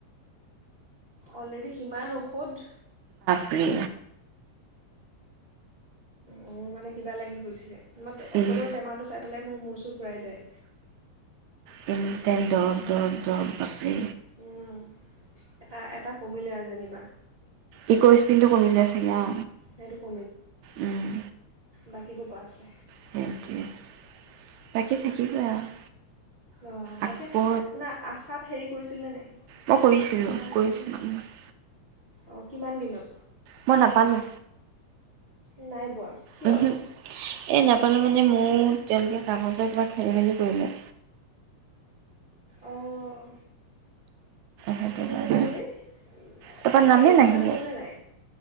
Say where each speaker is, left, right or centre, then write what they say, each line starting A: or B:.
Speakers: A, on the right (about 20°); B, on the right (about 80°).
A: অলৰেডি কিমান ঔষধ?
B: প্ৰে
A: মোৰ মানে কিবা লাগি গৈছিলে! ম
B: এনি
A: ঔষধৰ টেমাটো চাই পেলাই মোৰ মূৰ চুৰ ঘূৰাই যায়।
B: তে দৱ দৱ দৰৱ বাচি
A: উম, এটা এটা কমিলে আৰু যেনিবা
B: ই স্পিনটো কমিলে চাগে অ
A: স ক
B: উম
A: বাকি কোৱা আছে
B: সেইটোৱে বাকী থাকিব আৰু
A: অঁ
B: আকৌ
A: বাকী আপোনাৰ আচাৰ হেৰি কৰিছিলে নাই
B: মই
A: ৰেজিষ্টাৰ
B: কৰিছিলোঁ
A: কৰা হৈছিলনে
B: কৰিছোঁ আপাক
A: অঁ কিমান দিনত
B: মই নাপালো
A: নাই বোৱা কিয়
B: উম হ এই নাপালো মানে মোৰ তেওঁলোকে কাগজৰ কিবা খেলি মেলি কৰিলে।
A: অঁ
B: সেইটো
A: খেলি
B: কাৰণে
A: মেলি কৰি এনেই
B: তাৰপৰা নামেই
A: ৰেজিষ্টাৰ
B: নাহিলে
A: হ'লনে নাই।